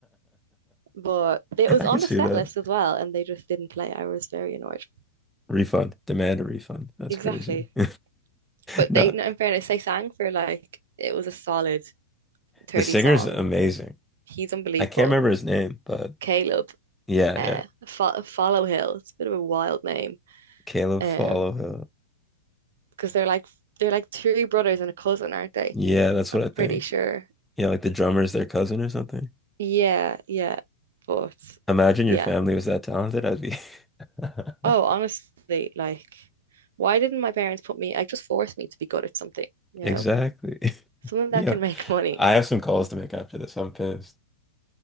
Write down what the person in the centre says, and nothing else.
can see
that.
Refund. Demand a refund. That's
crazy. <laughs>
No.
The singer's
amazing.
I can't remember his name, but
yeah,
yeah.
Caleb
Followill.
Yeah, that's
what I think.
Yeah, like the drummer's their cousin or something.
Imagine your
family was that talented. I'd be <laughs>
exactly.
Yeah,
I have some calls to make after this. I'm pissed.